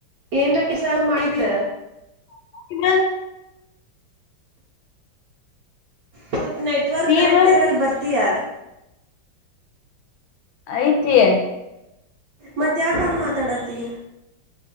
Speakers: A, on the right; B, on the left.
A: ಏನ್ರ ಕೆಸ ಮಾಡಿದೀಯ
B: ಇನ್ನು <unintelligible>
A: ಸ್ವಲ್ಪ ನೆಟ್ವರ್ಕ್
B: ನೀವ
A: ಕರೆಕ್ಟ್ ಇರಲ್ ಬರ್ತೀಯಾ
B: ಐತಿ
A: ಮತ್ತ ಯಾಕ ಮಾತಾಡತಿ